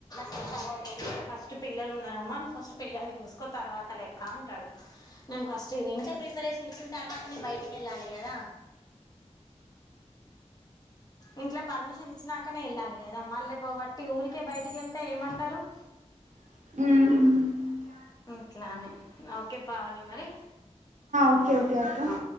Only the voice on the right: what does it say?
హ్మ్ హు
ఓకే ఓకే అక్క